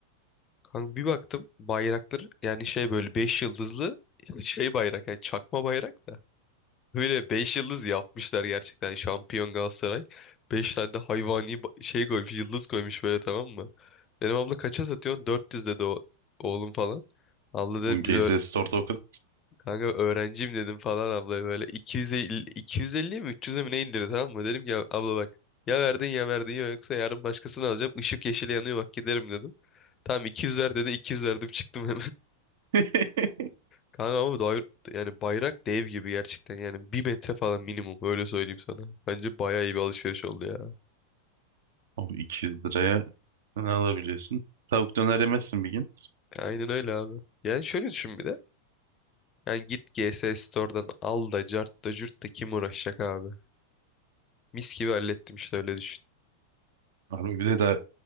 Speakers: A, on the left (about 25°); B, on the right (about 55°).
A: Kanka bir baktım bayraktır yani şey böyle 5 yıldızlı şey bayrak yani çakma bayrak da. Böyle 5 yıldız yapmışlar gerçekten şampiyon Galatasaray. beş tane de hayvani ba- şey koymuş, yıldız koymuş böyle tamam mı? Benim abla kaça satıyorsun? 400 dedi o, oğlum falan. Abla dedim
B: Oğlum GS
A: biz öğ-
B: Store Token.
A: kanka öğrenciyim dedim falan abla böyle 250, 250'ye mi 300'e mi ne indirdi tamam mı? Dedim ki "Ya abla bak ya verdin ya verdin ya yoksa yarın başkasını alacağım. Işık yeşil yanıyor bak giderim dedim. Tamam 200 ver dedi 200 verdim çıktım hemen.
B: <laughs>
A: Kanka ama dair- yani bayrak dev gibi gerçekten yani bir metre falan minimum öyle söyleyeyim sana. Bence bayağı iyi bir alışveriş oldu ya.
B: Oğlum 200 liraya ne alabiliyorsun? Tavuk döner yemezsin bir gün.
A: Aynen öyle abi. Yani şöyle düşün bir de. Yani git G S Store'dan al da cart da cürt de kim uğraşacak abi. Mis gibi hallettim işte öyle düşün.
B: Abi bir de daha